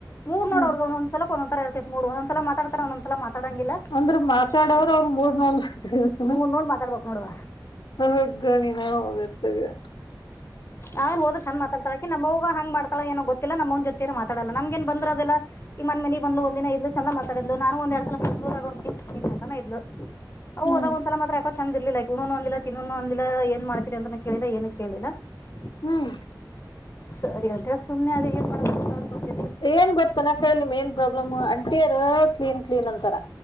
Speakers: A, on the left (about 35°); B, on the left (about 80°).
A: ಮೂಡ್
B: ಹ್ಮ್
A: ನೋಡ ಅವರದ ಒಂದೊಂದುಸಲಕ್ ಒಂದೊಂತರ ಇರ್ತೆತಿ ಮೂಡ್ ಒಂದೊಂದುಸಲ ಮಾತಾಡ್ತಾರ <unintelligible> ಮಾತಾಡಂಗಿಲ್ಲ? <unintelligible>
B: ಅಂದ್ರ ಮಾತಾಡೋರು ಮೂಡ್ ನೋಡಿ ಮಾತಾಡ್ತಾನಾ
A: ಮೂಡ್ ನೋಡ್ ಮಾತಾಡ್ಬೇಕ್ ನೋಡವ್ವ
B: <unintelligible> ಹೊಗ್ಗ ನೀನಹ ಹೋಗತಗ <unintelligible>
A: ಆಮೇಲ್ ಹೋದರ ಚೆಂದ ಮಾಡ್ತಾಳ ಆಕಿ ನಮ್ಮ ಅವ್ವಗ ಹಂಗ ಮಾಡ್ತಾಳ ಏನೂ ಗೊತ್ತಿಲ್ಲ ನಮ್ಮ ಅವ್ವ ಜೊತೆ ಮಾತಡಲ್ಲ ನಮಗ ಏನ್ ಬಂದರೋದಿಲ್ಲ. <unintelligible> ಈ ಮನಿಗ ಬಂದಲ್ಲು ಒಂದ ದಿನ ಇದ್ಲು ಚಂದ ಮಾತಾಡಿದಲ್ಲು ನಾನು ಒಂದ ಎರಡ್ ಸಲ್ ಬೆಂಗಳೂರ ರಾಗ್ ವರ್ಕ್ ಇತ್ತ ಆಕೀ ಚಂದನ ಇದ್ಲು. <unintelligible> ಅವೂ
B: ಹ್ಮ್
A: ಅದಾವ ಒಂದ್ ಸಲ ಮಾತ್ರ ಏಕ <unintelligible> ಚಂದ ಇರಲಿಲ್ಲ ಆಕಿ ಉಣನು ಅಂದಿಲ್ಲ ತಿನ್ನೂನು ಅಂದಿಲ್ಲ ಏನ್ ಮಾಡ್ತತಿರಿ ಅಂತಾನ ಕೇಳಿಲ್ಲ ಏನು ಕೇಳಿಲ್ಲ. <unintelligible>
B: ಹೂ <unintelligible>
A: ಸರಿ ಅಂತ ಹೇಳಿ ಸುಮ್ಮನೆ ಅಡಗಿ ಏನ್ ಮಾಡಬೇಕ ಅಂತ ನೋಡಕೊಂತ <unintelligible>
B: ಏನ್ ಗೊತ್ತನ ಸರ್ ನಿಮಗ ಏನ್ ಪ್ರಾಬ್ಲಮ್ ಅ <unintelligible> ಅತ್ತಿರ ಕ್ಲೀನ್ ಕ್ಲೀನ್ ಅಂತಾರ